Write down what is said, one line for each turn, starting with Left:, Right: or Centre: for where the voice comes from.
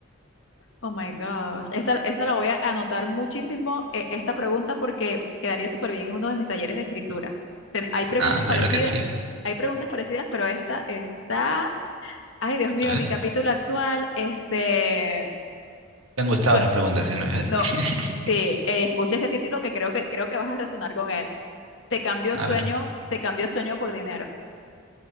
Left: Oh my gosh. Esta, esta la voy a anotar muchísimo, eh, esta pregunta, porque quedaría súper bien en uno de mis talleres de escritura. Ten- hay preguntas
Right: Ah,
Left: parecidas,
Right: claro que sí,
Left: hay preguntas parecidas, pero esta está. Ay, Dios mío,
Right: ¿no
Left: mi capítulo actual, este.
Right: Te han gustado
Left: sue-
Right: las preguntas, ¿sí, ¿no ves?
Left: no,
Right: <laughs>
Left: sí, eh, escucha este título que creo que creo que vas a resonar con él. Te cambio
Right: A
Left: sueño,
Right: ver.
Left: te cambio sueño por dinero.